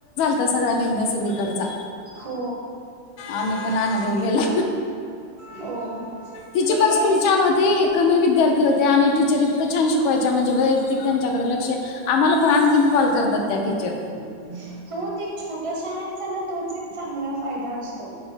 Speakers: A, on the left; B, on the right.
A: तस काय निर्णय सगळीकडचा.
B: हो
A: आम्ही पण अनुभवलेला
B: हो,
A: तिची
B: ते
A: पण स्कूल छान होती. कमी विद्यार्थी होते. आणि टीचर इतकं छान शिकवायच्या म्हणजे वैयक्तिक त्यांच्याकडे लक्ष. आम्हाला पण आणखीन कॉल करतात त्या टीचर.
B: हो, ते छोट्या शाळंचा ना तोच एक चांगला फायदा असतो.